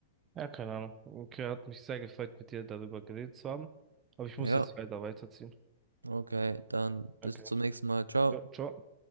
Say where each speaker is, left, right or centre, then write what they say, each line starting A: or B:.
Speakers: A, on the right (about 25°); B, on the right (about 85°).
A: Ja, keine Ahnung. Okay, hat mich sehr gefreut, mit dir darüber geredet zu haben. Aber ich
B: Ja,
A: muss jetzt leider weiterziehen.
B: okay, dann bis
A: Okay.
B: zum nächsten Mal. Ciao.
A: Ja, ciao.